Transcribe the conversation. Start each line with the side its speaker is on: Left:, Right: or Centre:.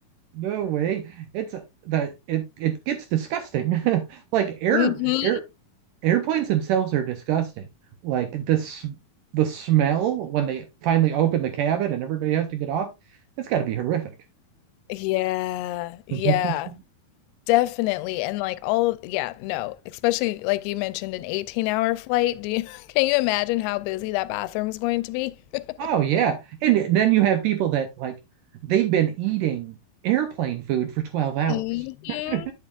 Right: No way. It's uh, the it it gets disgusting. <laughs> Like air
Left: hmm
Right: air airplanes themselves are disgusting. Like this the smell when they finally open the cabin and everybody has to get off, it's got to be horrific.
Left: Yeah, yeah,
Right: <laughs>
Left: definitely. And like all of, yeah, no, especially like you mentioned an 18 hour flight. Do you <laughs> can you imagine how busy that bathroom's going to be? <laughs>
Right: Oh yeah. And then you have people that like they've been eating airplane food for 12 hours.
Left: hmm
Right: <laughs>